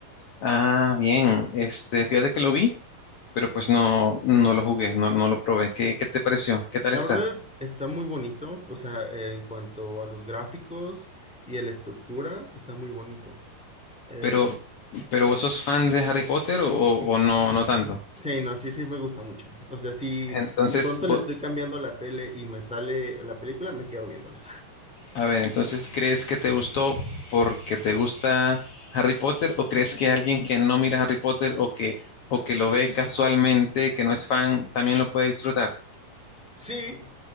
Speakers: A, on the left; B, in the centre.
A: Ah, bien. Este, fíjate que lo vi, pero pues no, no lo jugué, no, no lo probé. ¿Qué, qué te pareció? ¿Qué tal
B: La
A: está?
B: verdad está muy bonito, o sea, en cuanto a los gráficos y a la estructura, está muy bonito. Eh,
A: Pero, pero ¿vos sos fan de Harry Potter o, o no, no tanto?
B: sí, no, sí, sí me gusta mucho. O sea, si
A: Entonces,
B: de pronto le
A: vo-
B: estoy cambiando la tele y me sale la película, me quedo viéndola.
A: a ver, entonces, ¿crees que te gustó porque te gusta Harry Potter o crees que alguien que no mira Harry Potter o que, o que lo ve casualmente, que no es fan, también lo puede disfrutar?
B: Sí,